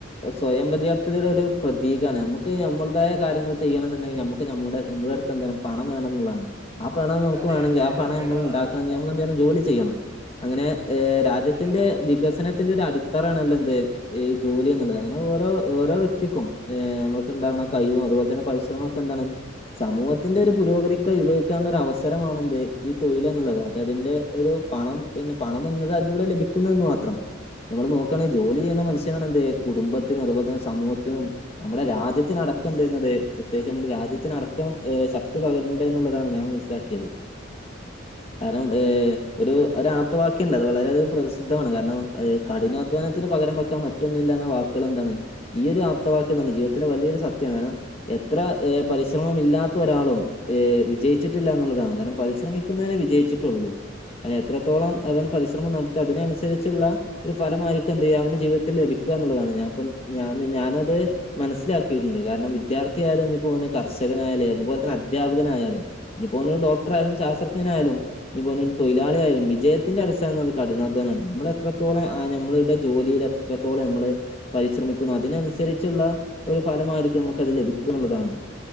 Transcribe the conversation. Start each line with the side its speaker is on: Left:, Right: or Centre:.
Left: സ്വയം പര്യാപ്തയുടെ ഒരു പ്രതീകമാണ് നമുക്ക് നമ്മുതായാ കാര്യങ്ങൾ ചെയ്യണംമെന്നുണ്ടെങ്കിൽ നമുക്ക് നമ്മുടെ നമ്മുടെ അടുത്ത് പണം വേണം എന്നുള്ളതാണ് ആ പണ നമുക്ക്
Right: അതെ,
Left: വേണെങ്കിൽ
Right: അതെ.
Left: ആ ആ പണം
Right: എടാ
Left: നമ്മൾ ഉണ്ടാക്കണെങ്കിൽ നമ്മൾ എന്തേലും ജോലി ചെയ്യണം അങ്ങനെ ഏഹ രാജ്യത്തിന്റെ
Right: ഹലോ.
Left: വികസനത്തിന്റെ ഒരു അടിത്തറാണല്ലോ എന്ത്ഈ ജോലി എന്നുള്ളതാണ് അങ്ങനെ ഓരോ ഓരോ വ്യക്തിക്കും നമുക്ക് ഉണ്ടാവുന്ന കൈയും അതുപോലെ തന്നെ പരിശ്രമം ഒക്കെ എന്താണ് സമ സമൂഹത്തിന്റെ ഒരു പുരോഗതിക്ക ഉപഭവിക്കാനുള്ള ഒരു അവസരമാണെന്ത് ഈ തൊഴിൽ എന്നുള്ളത് അത് അതിന്റെ ഒരു പണം പിന്നെ പണം വന്നത് അതിലൂടെ ലഭിക്കുന്നന്ന് മാത്രം നമ്മൾ നോക്കുകയാണെങ്കിൽ ജോലി ചെയ്യുന്ന മനുഷ്യനാണ് എന്തേ കുടുംബത്തിനും അതുപോലെ തന്നെ സമൂഹത്തിനും നമ്മുടെ രാജ്യത്തിനടക്കം എന്തുന്നത് പ്രത്യേകിച്ച് നമ്മുടെ രാജ്യത്തിനടക്കം ശക്തി പകരണ്ട എന്നുള്ളതാണ് ഞാൻ മനസ്സിലാക്കിയത് കാരണം ഏ ഒരു ഒ ആപ്ത്തവാക്യുണ്ട് അത് വളരെയധികം പ്രസിദ്ധമാണ് കാരണം കിഠിനാധ്വാനത്തിന് പകര വെക്കാൻ മറ്റൊന്നില്ല വാക്കുകൾ എന്താണ് ഈ ഒരു ആപ്തവാ എന്താണ് ജീവിതത്തില വലിയൊരു സത്യ കാരണം എത്ര പരിശ്രമം ഇല്ലാത്ത ഒരാളും വിജയിച്ചിട്ടില്ല എന്നുള്ളതാണ് കാരണം പരിശ്രമിക്കുന്നതിനെ വിജയിച്ചിട്ടുള്ളൂ അയ്ന് എത്രത്തോളം അവൻ പരിശ്രമം നടത്തിയ അതിനനുസരിച്ചുള്ള ഒരു ഫലമായിരിക്കും എന്ത് ചെയ്യുക അവന്റെ ജീവിതത്തിൽ ലഭിക്കും ള്ളതാണ്ഞ ഞാനത് മനസ്സിലാക്കിയിട്ടുണ്ട് കാരണം വിദ്യാർത്ഥിയായാല ഒ പോ <unintelligible> യാലും, അതുപോലെ തന്ന അധ്യപകനായാലും, ഇനി പോ ഡോക്ടറായാലും, ശാസ്ത്രജഞനായാലും, ഇ പോ തൊഴ മളാലും വിജയത്തിന്റെ അടിസ്ഥാനം എന്നുള്ള കഠിനാധ്യാനമാണ് നമ്മൾ എത്രത്തോളം ആ നമ്മുടെ ജോലിൽ എ ഇപ്പോളെ നമ്മളള് പരിശ്രമിക്കുന്നു അതിനനുസരിച്ചുള്ള ഒരു ഫലമായിരിക്കും നമുക്ക് അത് ലഭിക്കുംള്ളതാണ്